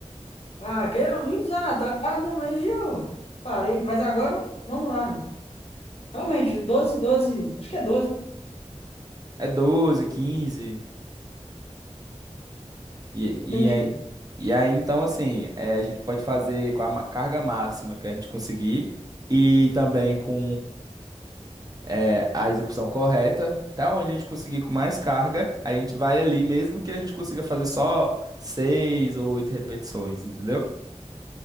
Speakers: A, on the left; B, on the right.
A: Ah, que é muitos anos atrás, né? Mas aí eu parei. Mas agora, vamos lá. Realmente, 12, doze. acho que é doze. né?
B: É 12, quinze E,
A: entendi.
B: e, aí, e aí, então, assim, é, a gente pode fazer com a ma- carga máxima que a gente conseguir e também com é, a execução correta. Até onde a gente conseguir com mais carga, a gente vai ali, mesmo que a gente consiga fazer só seis ou oito repetições, entendeu?